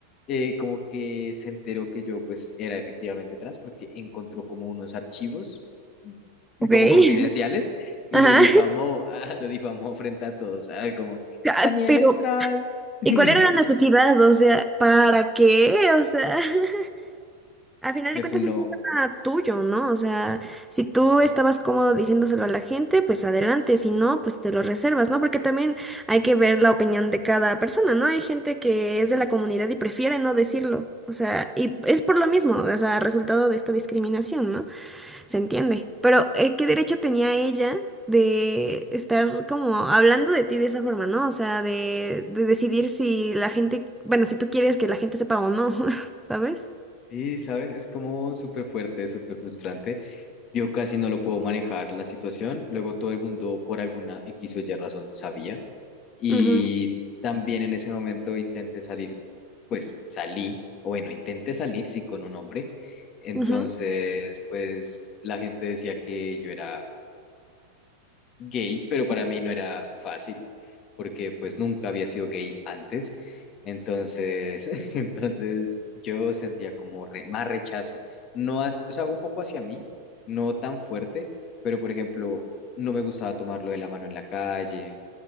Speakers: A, on the left; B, in the centre.
A: eh, como que se enteró que yo pues era efectivamente trans porque encontró como unos archivos mm,
B: Ok.
A: como
B: <laughs>
A: confidenciales y lo difamó,
B: Ajá.
A: <laughs> ah, lo difamó frente a todos, ah, como
B: Ah,
A: Daniel
B: Pero,
A: es trans. <laughs>
B: ¿y cuál era
A: Sí,
B: la necesidad? O sea, ¿para qué? O sea. <laughs> Al final
A: me
B: de cuentas
A: funó.
B: es un tema tuyo, ¿no? O sea, si tú estabas cómodo diciéndoselo a la gente, pues adelante, si no, pues te lo reservas, ¿no? Porque también hay que ver la opinión de cada persona, ¿no? Hay gente que es de la comunidad y prefiere no decirlo, o sea, y es por lo mismo, o sea, resultado de esta discriminación, ¿no? Se entiende. Pero, eh, ¿qué derecho tenía ella de estar como hablando de ti de esa forma, ¿no? O sea, de, de decidir si la gente, bueno, si tú quieres que la gente sepa o no, <laughs> ¿sabes?
A: Sí, sabes, es como súper fuerte, súper frustrante. Yo casi no lo puedo manejar la situación. Luego todo el mundo por alguna X o Y razón sabía. Y
B: Ujú,
A: también en ese momento intenté salir, pues salí, o bueno, intenté salir, sí, con un hombre. Entonces,
B: ujú.
A: pues la gente decía que yo era gay, pero para mí no era fácil, porque pues nunca había sido gay antes. Entonces, <laughs> entonces yo sentía como re- más rechazo, no, as- o sea, un poco hacia mí, no tan fuerte, pero por ejemplo, no me gustaba tomarlo de la mano en la calle,